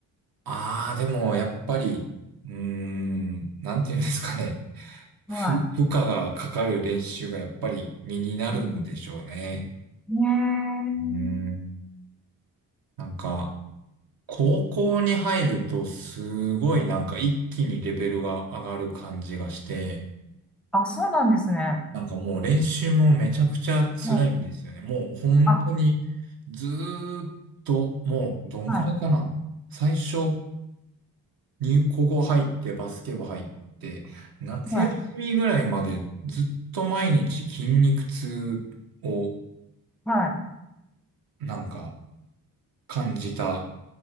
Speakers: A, on the right (about 55°); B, in the centre.
A: ああ、でも、やっぱり、うーん、なんていうんですかね。ふ負荷がかかる練習がやっぱり身になるんでしょうね。
B: はい。うんねえ。
A: うーん、なんか、高校に入るとすごいなんか一気にレベルが上がる感じがして、
B: あ、そうなんですね。
A: なんかもう練習もめちゃくちゃ辛いんですよね。
B: もう、
A: もう本当にずーっと、
B: あ、
A: もうどんくらいかな。
B: は
A: 最初入高校入ってバスケ部入って、夏休みぐらいまでずっと毎日筋肉痛を
B: い、はい、はい。
A: なんか感じた